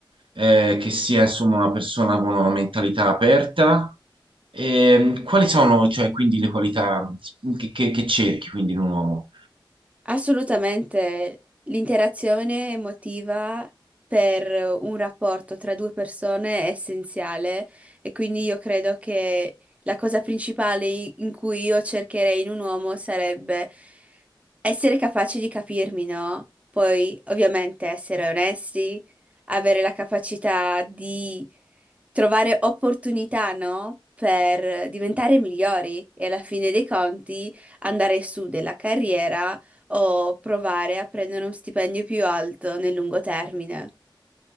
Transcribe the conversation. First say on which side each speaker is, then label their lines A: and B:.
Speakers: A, on the right (about 85°); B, on the right (about 15°).
A: eh, che sia insomma una persona con una mentalità aperta. Ehm, quali sono, cioè, quindi le qualità che, che- che cerchi quindi in un uomo?
B: Assolutamente, l'interazione emotiva per un rapporto tra due persone è essenziale e quindi io credo che la cosa principale i- in cui io cercherei in un uomo sarebbe essere capaci di capirmi, no? Poi, ovviamente, essere onesti, avere la capacità di trovare opportunità, no? Per diventare migliori e alla fine dei conti andare su della carriera o provare a prendere un stipendio più alto nel lungo termine.